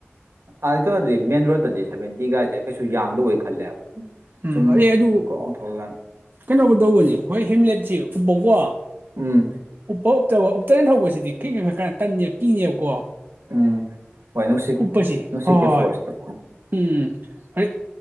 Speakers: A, on the right; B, on the right.
A: ꯑ ꯀꯩꯅꯣꯗꯗꯤ ꯃꯦꯟ ꯔꯣꯗꯇꯗꯤ ꯁꯚꯦꯟꯇꯤ ꯒꯥꯥꯏꯁꯦ ꯀꯩꯁꯨ ꯌꯥꯡꯗꯕꯩ ꯈꯜꯂꯦꯕ ꯑꯗꯨꯝ
B: ꯎꯝ
A: ꯁꯨꯝ
B: ꯑꯩ ꯑꯗꯨ
A: ꯒ꯭ꯔꯣꯡ ꯊꯧꯔꯀꯥꯟ
B: ꯀꯩꯅꯣꯕꯨ ꯇꯧꯕꯅꯤ ꯍꯣꯏ ꯍꯦꯝꯂꯦꯠ ꯁꯤ ꯎꯞꯄ ꯀꯣ
A: ꯎꯝ
B: ꯎꯞꯄ ꯎꯞꯇꯕꯒ ꯎꯝꯇꯅ ꯊꯧꯕꯁꯤꯗꯤ ꯈꯤꯇꯪ ꯀꯥꯟꯈꯠꯂꯛ ꯀꯥꯟ ꯇꯟꯗꯅ ꯀꯤꯅꯦꯕꯀꯣ
A: ꯎꯝ ꯍꯣꯏ ꯅꯨꯡꯁꯤꯠ
B: ꯎꯞꯄꯁꯦ
A: ꯅꯨꯡꯁꯤꯠꯀꯤ
B: ꯍꯣꯏ
A: ꯐꯣꯔꯁꯇꯣ
B: ꯎꯝ ꯑ ꯩ